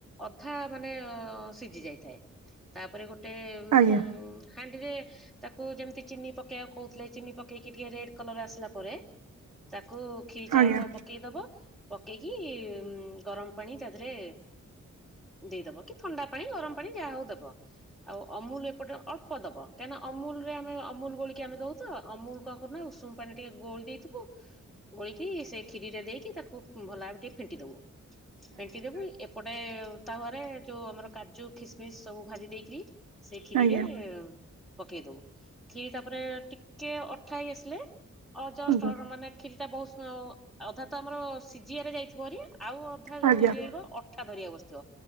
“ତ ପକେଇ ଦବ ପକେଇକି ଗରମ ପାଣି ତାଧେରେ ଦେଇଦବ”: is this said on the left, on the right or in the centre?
Centre